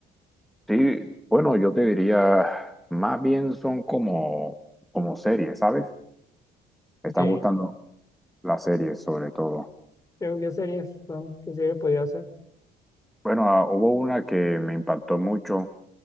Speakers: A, in the centre; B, on the left.
A: Sí, bueno, yo te diría, más bien son como, como series, ¿sabes?
B: Ok,
A: Me están gustando las series sobre todo.
B: creo que series son, qué series podía hacer.
A: Bueno, ah, hubo una que me impactó mucho,